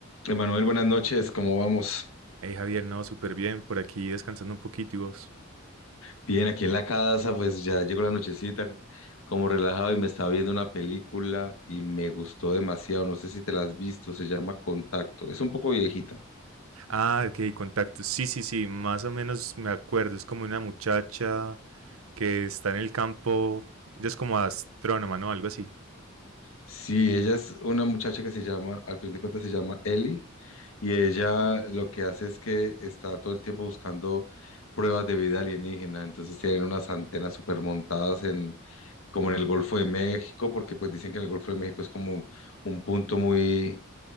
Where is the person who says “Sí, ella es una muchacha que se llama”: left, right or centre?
Left